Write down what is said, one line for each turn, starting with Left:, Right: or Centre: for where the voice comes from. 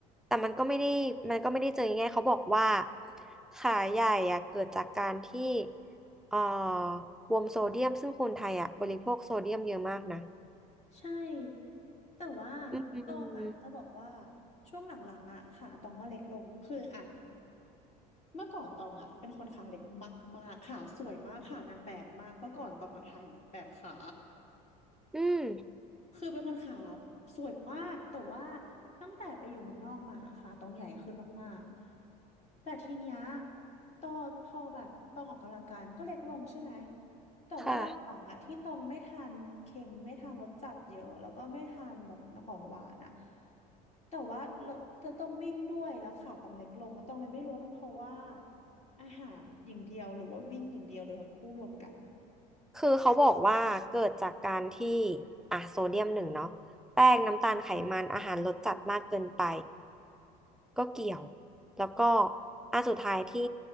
Centre: แต่มันก็ไม่ได้มันก็ไม่ได้เจอง่ายๆเขาบอกว่าขาใหญ่อะเกิดจากการที่เอ่อบวมโซเดียมซึ่งคนไทยอะบริโภคโซเดียมเยอะมากนะ
Left: ใช่ แต่ว่า
Centre: อืม
Left: ตองอะจะบอกว่าช่วงหลังๆอะขาตองก็เล็กลง คืออะเมื่อก่อนตองอะเป็นคนขาเล็กมากๆขาสวยมากขานางแบบมากเมื่อก่อนตองอะถ่ายแบบขา
Centre: อืม
Left: คือเป็นคนขาสวยมากแต่ว่าตั้งแต่ไปอยู่เมืองนอกมาขาต้องใหญ่ขึ้นมากๆแต่ทีเนี้ยตอพอแบบต้องออกกำลังกายมันก็เล็กลงใช่ไหมแต่ว่าหลังๆอะที่ต้องไม่ทานเค็มไม่ทานรสจัดเยอะแล้วก็ไม่ทานแบบของหวานอะ
Centre: ค่ะ
Left: แต่ว่าเราจะต้องวิ่งด้วยแล้วขาต้องเล็กลงก็ต้องเลยไม่รู้ว่าเป็นเพราะว่าอาหารอย่างเดียวหรือว่าวิ่งอย่างเดียวหรือทั้งคู่รวมกัน
Centre: คือเขาบอกว่าเกิดจากการที่อ่ะโซเดียมหนึ่งเนาะแป้งน้ำตาลไขมันอาหารรสจัดมากเกินไป ก็เกี่ยวแล้วก็อันสุดท้ายที่